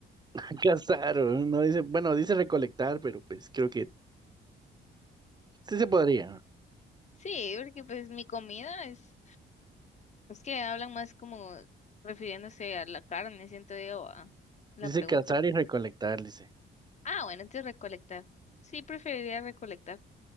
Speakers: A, on the right (about 20°); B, on the left (about 35°).
A: <laughs> Cazar, no No dice, bueno, dice recolectar, pero pues creo que sí se podría.
B: Sí, porque pues mi comida es Es que hablan más como refiriéndose a la carne, siento yo, a la
A: Dice
B: pregunta.
A: cazar y recolectar, dice.
B: Ah, bueno, entonces recolectar. Sí, preferiría recolectar